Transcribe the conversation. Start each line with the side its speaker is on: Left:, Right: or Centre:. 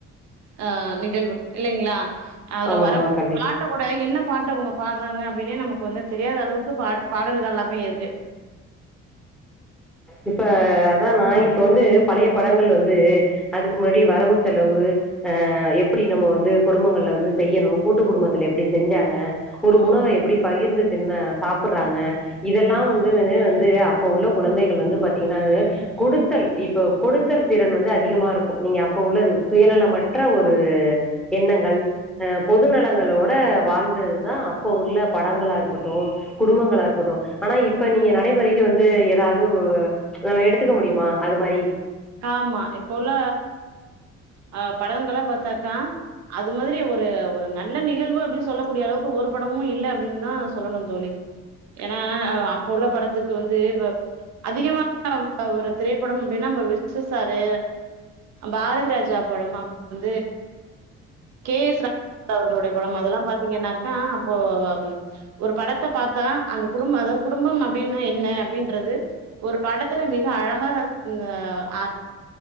Right: ஆ நிகழ்வு இல்லைங்களா அதுல
Centre: ஆமாமா
Right: வரக்
Centre: கண்டிப்பா.
Right: பாட்டு கூட என்ன பாட்டு பாட்ட அவங்க பாடுறாங்க அப்டின்னே நமக்கு வந்து தெரியாத அளவுக்கு பா பாடல்கள் எல்லாமே இருக்கு
Centre: இப்ப அதான் நான் இப்ப வந்து பழைய படங்கள் வந்து அதுக்கு முன்னாடி வரவு செலவு ஆஹ் எப்படி நம்ம வந்து குடும்பங்கள்ல வந்து செய்யணும் கூட்டு குடும்பத்துல எப்படி செஞ்சாங்க ஒரு உணவ எப்படி பகிர்ந்து தின்ன சாப்ட்டுறாங்க இதெல்லாம் வந்து அது அப்ப உள்ள குழந்தைகள் வந்து பாத்தீங்கன்னா கொடுத்தல் இப்ப கொடுத்தல் திறன் வந்து அதிகமா இருக்கும் நீங்க அப்ப உள்ளது சுயநலமற்ற ஒரு எண்ணங்கள் அஹ் பொதுநலங்களோட வாழ்ந்ததுதான் அப்ப உள்ள படங்களா இருக்கட்டும் குடும்பங்களா இருக்கட்டும் ஆனா இப்ப நீங்க நடைமுறை வந்து ஏதாவது எடுத்துக்க முடியுமா அது மாரி
Right: ஆமா இப்ப உள்ள அ படங்கல்லா பாத்தாக்கா அது மாதிரி ஒரு ஒரு நல்ல நிகழ்வு அப்டின்னு சொல்லக்கூடிய அளவுக்கு ஒரு படமும் இல்ல அப்படின்தா சொல்லணு தோழி ஏன்னா அப்ப உள்ள படத்துக்கு வந்து இப்ப அதிகமான ஒரு திரை படம் அப்டினா நம்ப விசு சாரு பாரதிராஜா படம் அப்புற வந்து கே எஸ் ரவிக்குமார் அவர்களுடைய படம் அதெல்லாம் பாத்திங்கன்னாக்கா அப்போ ஒரு படத்த பாத்தா அந்த குடும்ப அதாவது குடும்பம் அப்டின்னா என்ன அப்டின்றது ஒரு படத்துல மிக அழகா அ